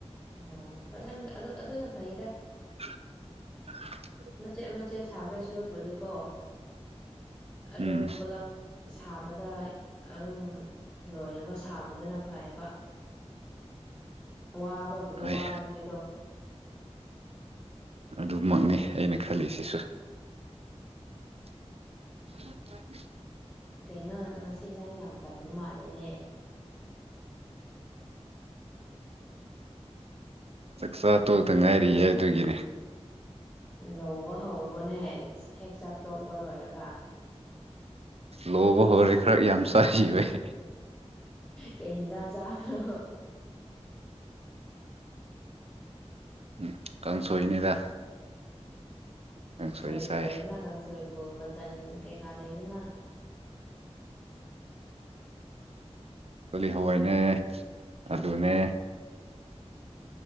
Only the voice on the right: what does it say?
<unintelligible>
ꯎꯝ
ꯍꯣꯏ
ꯑꯗꯨꯃꯛꯅꯤ ꯑꯩꯅ ꯈꯜꯂꯤꯁꯤꯁꯨ <unintelligible>
ꯆꯥꯛꯆꯥ ꯊꯣꯛꯗ ꯉꯥꯏꯔꯤꯌꯦ ꯑꯗꯨꯒꯤꯅꯦ
ꯂꯣꯕ ꯍꯣꯔꯦ ꯈꯔ ꯌꯥꯝ ꯆꯥꯒꯤꯕꯩ
ꯎꯝ ꯀꯥꯡꯁꯣꯏꯅꯤꯗ ꯀꯥꯡꯁꯣꯏ
ꯆꯥꯏ
ꯀꯒꯣꯂꯤ ꯍꯋꯥꯏꯅꯦ ꯑꯂꯨꯅꯦ